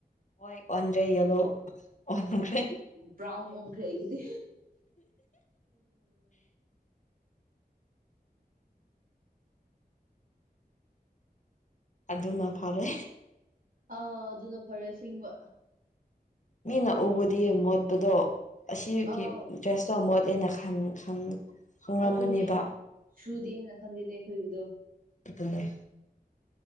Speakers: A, on the left; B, on the right.
A: ꯋꯥꯏꯠ ꯑꯣꯟꯗ꯭ꯔꯦ ꯌꯦꯂꯣ ꯑꯣꯟꯒ꯭ꯔꯦ
B: ꯕ꯭ꯔꯥꯎꯟ ꯑꯣꯟꯈ꯭ꯔꯦ ꯑꯩꯒꯤꯗꯤ
A: ꯑꯗꯨꯅ ꯐꯔꯦ
B: ꯑꯥ ꯑꯗꯨꯅ ꯐꯔꯦ ꯑꯁꯦꯡꯕ
A: ꯃꯤꯅ ꯎꯕꯨꯗꯤ ꯃꯣꯠꯄꯗꯣ ꯑꯁꯤꯒꯤ
B: ꯑꯥꯎ
A: ꯗ꯭ꯔꯦꯁꯇꯣ ꯃꯣꯠꯂꯦꯅ ꯈꯟ ꯈꯟ ꯈꯪꯔꯝꯒꯅꯦꯕ
B: ꯑꯗꯨꯅꯦ ꯁꯨꯗꯦ ꯍꯥꯏꯅ ꯈꯜꯂꯦꯅꯦ ꯑꯩꯈꯣꯏꯒꯤꯗꯣ
A: ꯑꯗꯨꯅꯦ